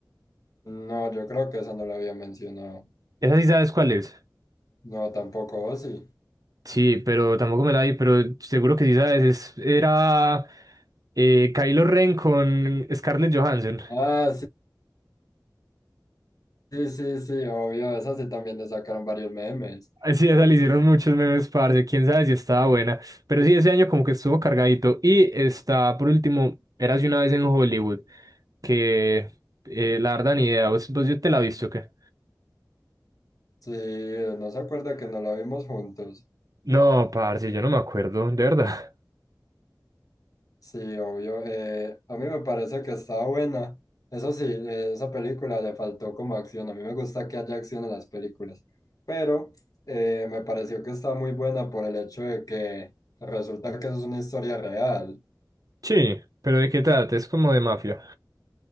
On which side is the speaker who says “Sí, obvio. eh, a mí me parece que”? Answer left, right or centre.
Left